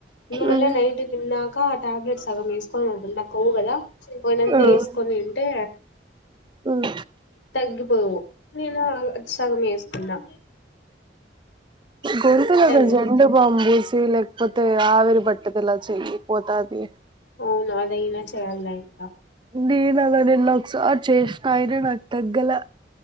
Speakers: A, on the left; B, on the right.
A: ఇంగ మళ్ళ
B: ఉమ్
A: నైట్ తిన్నక టాబ్లెట్స్ సగం ఏసుకొ నాక్ కొవ్వు కదా పోయినంతేసుకోనింటే
B: ఉమ్ ఉమ్
A: తగ్గిపోవు నేను <inaudible> సగం ఏసుకున్నా
B: గొంతులో గ
A: లేదు
B: జండు బామ్ పూస్ చేయ్ లేకపోతే ఆవిరి బట్టేదలా చెయ్యి పోతాది
A: అవునా ఏదైనా చెయ్యల్నా ఇంక
B: నేనలా నిన్న ఒకసారి చేసిన అయినా నాకు తగ్గలె